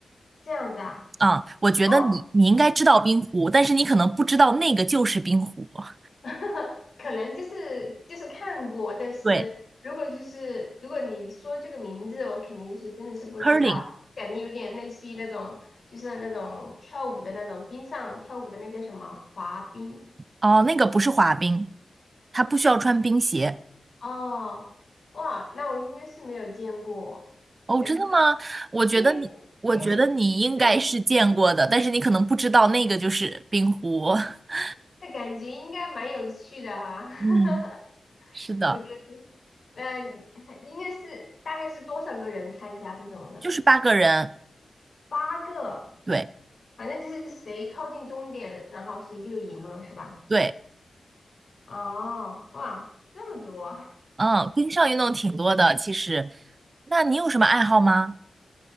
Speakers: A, on the left; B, on the right.
A: 这样子啊？
B: 啊，我觉得你你应该知道冰壶，
A: 哦，
B: 但是你可能不知道那个就是冰壶。<laughs>
A: 那 <laughs> 可能就是就是看过，但是如果就是如果你说这个名字，
B: 对
A: 我肯定是真的是不知道，
B: ，curling，
A: 感觉有点类似于那种就是那种跳舞的那种冰上跳舞的那叫什么滑冰？
B: 哦，那个不是滑冰，它不需要穿冰鞋。
A: 哦，哇，那我应该是没有见过。
B: 哦，
A: 比。
B: 真的吗？
A: 这
B: 我觉得你，
A: 对，
B: 我觉得你应该是见过的，
A: 也很新奇的，
B: 但是你可能不知道那个就是冰壶。<laughs>
A: 这感觉应该蛮有趣的哈。<laughs>
B: 嗯，是的，
A: 我觉得，那应该是大概是多少个人参加这种的？
B: 就是八个人。
A: 八个，
B: 对
A: 反正就是谁靠近终点，然后谁就赢了，是吧？
B: 对，
A: 哦，哇，这么多！
B: 嗯，冰上运动挺多的，其实。那你有什么爱好吗？